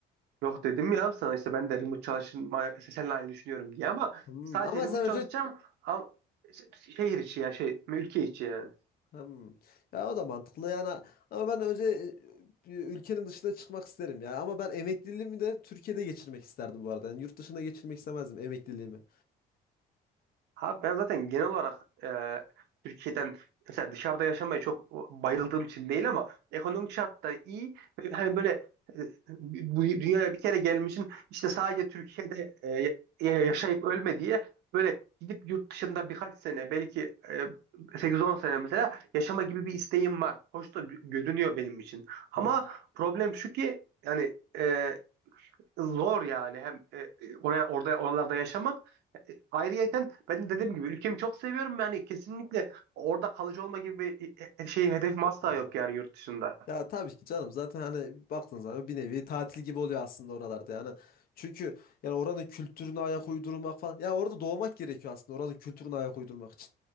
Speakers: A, on the right (about 85°); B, on the left (about 60°).
A: yok dedim ya sana işte ben de remote çalışma işte seninle aynı düşünüyorum diye ama
B: Hmm,
A: sadece
B: ama
A: remote
B: sen
A: çalışacağım
B: önce
A: ama şehir içi ya şey ülke içi yani.
B: Hmm, ya o da mantıklı yani ama ben önce e, bir ülkenin dışına çıkmak isterim ya ama ben emekliliğimi de Türkiye'de geçirmek isterdim bu arada yani yurt dışına geçirmek istemezdim emekliliğimi.
A: Abi ben zaten genel olarak e, Türkiye'den mesela dışarıda yaşamaya çok bayıldığım için değil ama ekonomik şartlar iyi ve hani böyle e, bu dünyaya bir kere gelmişsin işte sadece Türkiye'de e, ya- yaşayıp ölme diye böyle gidip yurt dışında birkaç sene belki e, 8-10 sene mesela yaşama gibi bir isteğim var. Hoş da gö- görünüyor benim için. Ama
B: Hmm.
A: problem şu ki yani e, zor yani hem e, e, oraya orada oralarda yaşamak. E, Ayrıyeten ben de dediğim gibi ülkemi çok seviyorum yani kesinlikle orada kalıcı olma gibi bir e, e, şey hedefim asla
B: evet.
A: yok yani yurt dışında.
B: Ya tabii ki canım zaten hani baktığın zaman bir nevi tatil gibi oluyor aslında oralarda yani. Çünkü yani oranın kültürüne ayak uydurmak falan. Ya orada doğmak gerekiyor aslında oranın kültürüne ayak uydurmak için.